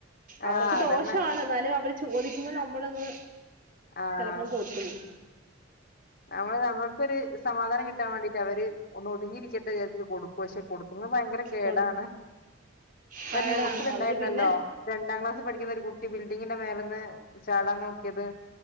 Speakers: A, on the right (about 45°); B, on the left (about 50°).
A: അവർക്ക്
B: ആഹ് അതന്നെ
A: ദോഷാണ് എന്നാലും അവര് ചോദി പിന്നെ നമ്മളങ്ങ്
B: ആഹ്
A: ചിലപ്പം കൊടുത്തു പോവും
B: നമ്മള് നമുക്കൊരു സമാധാനം കിട്ട കട്ടാൻ വേണ്ടിട്ട് അവര് ഒതുങ്ങിരിക്കട്ടെ വിചാരിച്ചിട്ട്കൊടുക്കു പക്ഷെ കൊടുത്താ ന്ന് ഭയങ്കര കേടാണ്
A: കൊടു
B: ഇപ്പ
A: ടയേടാണ്
B: ന്യൂസിലിണ്ടായിരുന്നല്ലോ
A: അവര് പിന്നെ
B: രണ്ടാം ക്ലാസ്സില് പഠിക്കുന്ന ഒരു കു കുട്ടി ബിൽഡിങ്ങിന്റെ മേലന്ന് ചാടാൻ നോക്കിയത്